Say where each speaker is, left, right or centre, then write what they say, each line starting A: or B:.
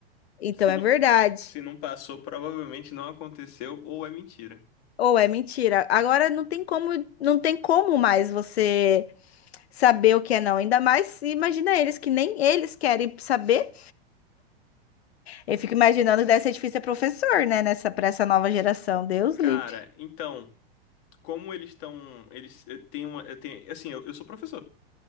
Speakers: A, on the left; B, on the left.
A: então
B: Se
A: é
B: não,
A: verdade.
B: se não passou, provavelmente não aconteceu ou é mentira.
A: Ou é mentira. Agora não tem como, não tem como mais você saber o que é não. Ainda mais, imagina eles que nem eles querem saber. Eu fico imaginando que deve ser difícil ser professor, né? Nessa, para essa nova geração. Deus
B: Cara,
A: livre.
B: então, como eles estão. Eles eh, têm uma. eh, Tem, assim, eu, eu sou professor.